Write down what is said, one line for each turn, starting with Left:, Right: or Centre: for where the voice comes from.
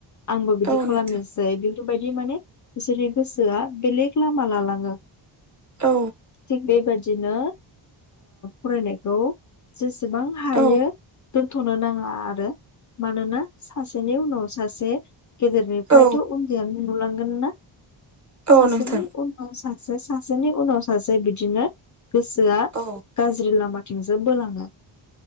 Left: आंबो बिदि बिदि
Right: औ
Left: खालामनोसै
Right: नोंथां
Left: बेफोरबायदि माने बिसोरनि गोसोआ बेलेग लामा लालाङो
Right: औ
Left: थिग बेबायादिनो फरायनायखौ जेसेबां हायो
Right: औ
Left: दोन्थ'नो नाङा आरो मानोना सासेनि उनाव सासे गेदेरनिफ्रायथ'
Right: औ
Left: उन्दैयानो नुलांगोन ना सासेनि
Right: औ नोंथां
Left: उनाव सासे सासेनि उनाव सासे बिदिनो गोसोआ
Right: औ
Left: गाज्रि लामाथिंसो बोलाङो